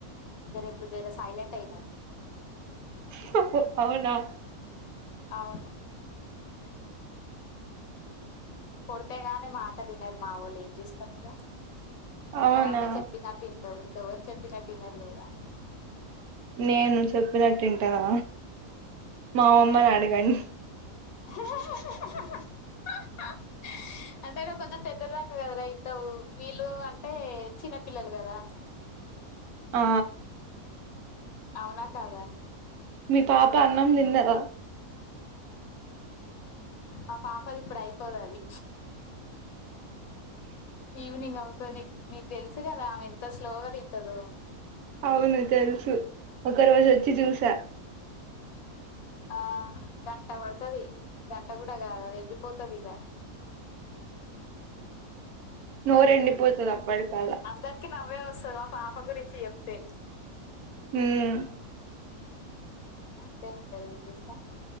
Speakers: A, on the left; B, on the right.
A: జరే ఇప్పుడుజర సైలెంట్ అయినారు
B: హ్మ్ అవునా
A: అవును కొడితేగానీ మాటలు వినరు మా వాళ్ళు ఏం చేస్తావు ఇక
B: అవునా
A: నువ్వు అంటే చెప్పిన వింటావు ఇంక ఎవరు చెప్పినట్టు వినరు కదా
B: నేను చెప్పినట్టు వింటానా మామమ్మని అడగండి
A: హా హా హా అంటే నువ్వు కొంచం పెద్దదానివి కదరా వింటావు వీళ్ళు అంటే చిన్నపిల్లలు కదా
B: ఆ
A: అవునా కాదా
B: మీ పాప అన్నం తిన్నద
A: ఆ పాపది ఇప్పుడు అయిపోదది ఈవినింగ్ అవుతు తది నీకు తెలుసు కదా ఆమె ఎంత స్లోగా తింటదొ
B: అవును తెలుసు ఒక రోజు వచ్చి చూసా
A: ఆ గంట పడతది గంట కూడా కాదు ఎండి పోతది ఇగా
B: నోరెండపోతుందా అప్పటి కల్లా
A: అందరికి నవ్వే వస్తుంది మా పాప గురించి చెప్తే
B: హామ్
A: అంతే ఉంటది ఏం చేస్తాం